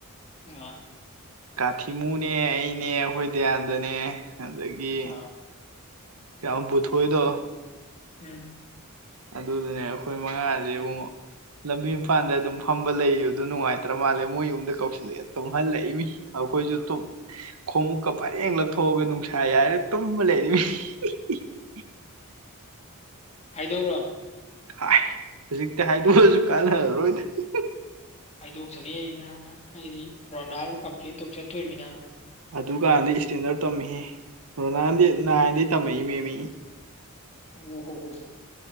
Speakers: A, on the left; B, on the right.
A: ꯑ
B: ꯀꯥꯊꯤꯃꯨꯅꯦ ꯑꯩꯅꯦ ꯑꯩꯈꯣꯏ ꯗꯌꯥꯟꯗꯅꯦ ꯑꯗꯒꯤ
A: ꯑꯥ
B: ꯀꯕꯨꯊꯣꯏꯗ
A: ꯎꯝ
B: ꯑꯗꯨꯗꯨꯅꯦ ꯑꯩꯈꯣꯏ ꯃꯉꯥꯗꯤꯨ ꯂꯝꯕꯤ ꯏꯝꯐꯥꯜꯗ ꯑꯗꯨꯝ ꯐꯝꯕ ꯂꯩ ꯑꯗꯨ ꯅꯨꯡꯉꯥꯏꯇ꯭ꯔ ꯃꯥꯜꯂꯦ ꯃꯣꯏ ꯌꯨꯝꯗ ꯀꯧꯁꯤꯜꯂꯛꯑꯦ ꯇꯨꯝꯍꯜꯂꯛꯏ ꯃꯤ ꯑꯩꯈꯣꯏꯁꯨ ꯈꯣꯡꯎꯨꯞꯀ ꯄꯔꯦꯡ ꯂꯧꯊꯣꯛꯑꯒ ꯅꯨꯡꯁꯥ ꯌꯥꯔꯦ ꯇꯨꯝꯕ ꯂꯩꯔꯤꯕꯔꯤ <unintelligible>
A: ꯑꯗꯔꯕ
B: ꯥꯏ ꯍꯧꯖꯤꯛꯇꯤ ꯍꯥꯏꯗꯣꯛꯑꯁꯨ ꯀꯥꯟꯅꯔꯔꯣꯏꯗꯅꯤ
A: ꯍꯥꯏꯗꯣꯛꯆꯅꯤ ꯅꯅ ꯑꯩꯗꯤ ꯔꯣꯅꯥꯜꯗ ꯀꯝꯄ꯭ꯂꯦꯟ ꯇꯧ ꯆꯠꯇꯣꯔꯤꯃꯤꯅꯔꯣꯏꯅꯤ
B: ꯑꯗꯨꯀꯥꯟꯗꯤ ꯏꯁꯇꯦꯟꯗꯔꯠ ꯇꯝꯃꯤꯍꯦ ꯔꯣꯅꯥꯜꯗ ꯅꯥꯏꯟꯗꯒꯤꯩ ꯇꯝꯃꯛꯏ ꯃꯦꯝꯃꯤ
A: ꯎ ꯍꯣ ꯍꯣ ꯍ